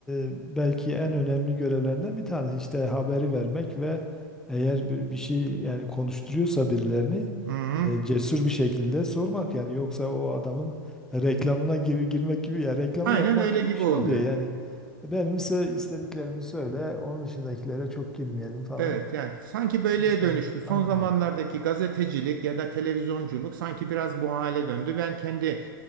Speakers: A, in the centre; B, on the right.
A: e, belki en önemli görevlerinden bir tanesi işte haberi vermek ve eğer bir, bir şey yani konuşturuyorsa birilerini
B: Hı hı.
A: e, cesur bir şekilde sormak yani yoksa o adamın reklamına gir- girmek gibi ya reklamı
B: Aynen
A: yapmak
B: öyle
A: gibi
B: gibi
A: bir şey
B: oluyor.
A: oluyor yani. Benim ise istediklerimi söyle onun dışındakilere çok girmeyelim falan.
B: Evet yani sanki böyleye
A: İnsanı
B: dönüştü. Son
A: kandırmak.
B: zamanlardaki gazetecilik ya da televizyonculuk sanki biraz bu hale döndü. Ben kendi